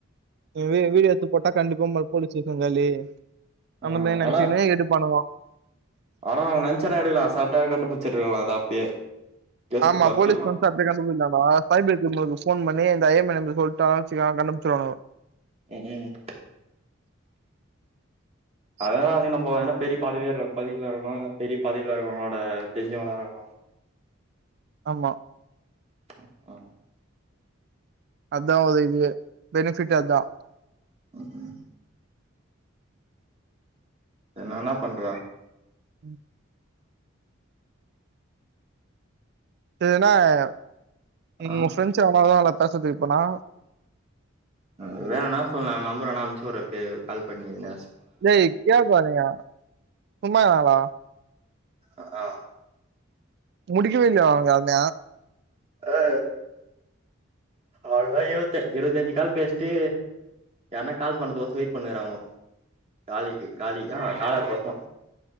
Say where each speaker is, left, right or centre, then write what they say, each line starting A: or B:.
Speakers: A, on the right; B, on the right.
A: நீ வீ வீடியோ எடுத்து போட்டா கண்டிப்பா போலீஸ் ஸ்டேஷன் காலி
B: ஆ
A: அந்த மாரி நென்ச்சுக்னே
B: ஆனா
A: எடுப்பானுகோ
B: ஆனா அவ நென்ச்சான்னா எடுக்கலா அசால்ட்டா கண்டுபிச்சிருக்கலா அத அப்பயே கேஸ்
A: ஆமா
B: குடுத்து அப்பயே
A: போலீஸ் நென்ச்சா அப்பயே கண்டு புடிக்லாண்டா சைபர் க்ரைம்க்கு ஃபோன் பண்ணி இந்த ஐ எம் இ நம்பர் சொல்ட்டா ச்க்கோ கண்டுபுச்சிருவாங்கோ
B: ம் ம்
A: <inaudible>
B: அதானா அது நம்ம எனா பெரிய பதிவேயே பதவில இருக்கணு ஏனா பெரிய பதவில இருக்கவனோட தெரிஞ்சவனா இருக்ணு
A: ஆம்மா
B: ம் ம்
A: அதா ஒரு இதுவே பெனிஃபிட் அதா
B: ம் ம் என்ன என்ன பண்ற
A: ம் <unintelligible> உங்க
B: ஆ
A: ஃப்ரெண்ட்ஸ் எவனவுதா அங்க பேசதுக்கு இருப்பானா
B: ம் வேணுனா சொல்லு நா நம்பர் வேணா அனுப்பிச்சி விர்றே இப்பயே கால் பண்ணி என
A: டேய் கே <unintelligible> சும்மாருக்காங்ளா
B: அ ஆ
A: முடிக்கவே இல்லையா அவுனுக அத
B: ஆ அதா யோசிச்சே இருவத்தஞ்சு கால் பேஸ்ட்டு எனக்கு கால் பண்ணறதுக்கொச வெயிட் பண்ணுக்றோங்க காலீக்கு காலீ ஆஹே காலர்க்கு கொஸ்ரோ